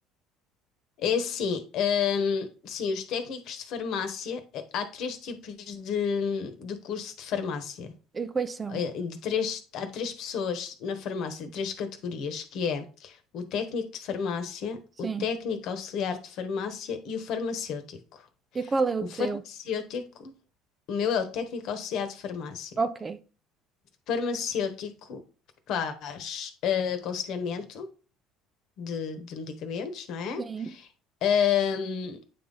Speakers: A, on the left; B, on the right.
A: É assim, hum, sim, os técnicos de farmácia, eh, há três tipos de, de curso de farmácia.
B: E quais são?
A: Eh, De três, há três pessoas na farmácia, de três categorias, que é o técnico de farmácia,
B: Sim.
A: o técnico auxiliar de farmácia e o farmacêutico.
B: E qual é o
A: O
B: teu?
A: farmacêutico, o meu é o técnico auxiliar de farmácia.
B: Ok.
A: Farmacêutico faz eh, aconselhamento, de, de medicamentos, não é?
B: Sim.
A: Ahm,